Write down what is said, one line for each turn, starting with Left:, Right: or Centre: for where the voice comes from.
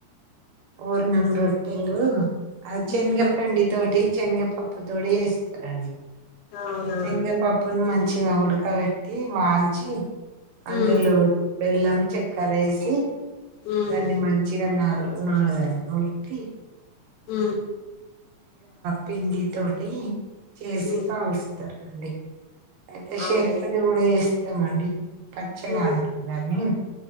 Right: పూర్ణం రొట్టెలు అది చెనగప్పండి
Left: ఉమ్
Right: తోటి శనగపప్పు తోటి చేస్తారండి.
Left: అవునా
Right: శనగపప్పు ను మంచి ఇగ ఉడకబెట్టి వాల్చి అందులో
Left: మ్మ్
Right: బెల్లం చెక్కర ఏసి
Left: మ్మ్
Right: దాన్ని మంచిగాన్నారు నాదే అల్కి
Left: ఆ
Right: పిండి తోటి చేసి
Left: మ్మ్
Right: కాల్స్ తర్ అండి అతే శేర్పది
Left: అవునా
Right: కూడా చేస్ మండి పచ్చడా
Left: మ్మ్
Right: అంటుందాన్ని